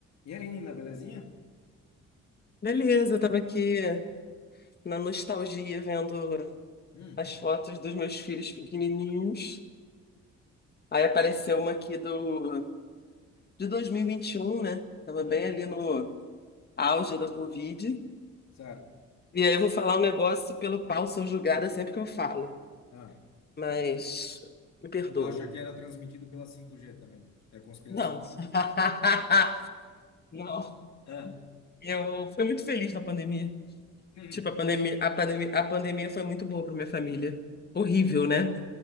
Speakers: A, on the left; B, on the left.
A: E aí, Nina, belezinha?
B: Beleza, eu tava aqui na nostalgia vendo
A: Hum,
B: as fotos dos meus filhos pequenininhos. Aí apareceu uma aqui do de 2021, né? Tava
A: Uhum.
B: bem ali no auge da Covid.
A: certo.
B: E aí eu vou falar um negócio pelo qual sou julgada sempre que eu falo,
A: Ah,
B: mas me perdoe.
A: tu acha que era transmitido pela 5G também? É conspiração.
B: Não. <laughs> Não.
A: Ah,
B: Eu fui muito feliz na pandemia.
A: <laughs> hum,
B: Tipo, a pandemia, a pandemia, a pandemia foi muito boa para minha família. Horrível, né?